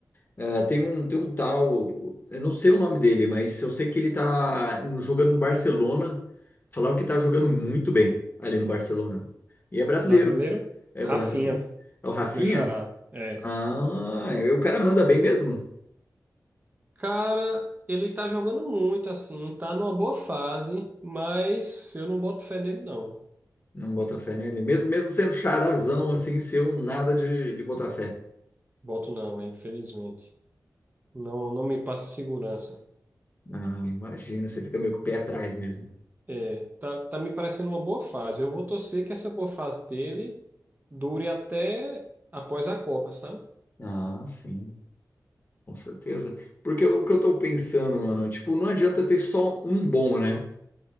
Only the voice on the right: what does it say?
Brasileiro?
Rafinha,
meu xará. É.
Cara, ele tá jogando muito assim, tá numa boa fase, mas eu não boto fé nele não.
Boto não, é, infelizmente. Não, não me passa segurança.
É, tá, tá me parecendo uma boa fase. Eu vou torcer que essa boa fase dele dure até após a Copa, sabe?